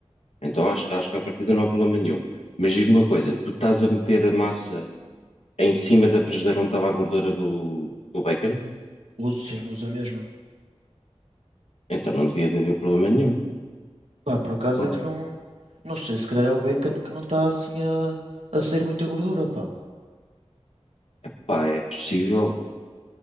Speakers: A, on the left (about 70°); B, on the right (about 80°).
A: então acho, acho que a partida não há problema nenhum. Mas diz-me uma coisa, tu estás a meter a massa em cima da frigideira onde estava a gordura do, do bacon?
B: Uso sim, uso a mesma.
A: Então não devia de haver problema nenhum.
B: Pá, por acaso
A: Porque,
B: é que não. Não sei, se calhar é o bacon que não está assim a, a sair muita gordura, pá.
A: pá, é possível.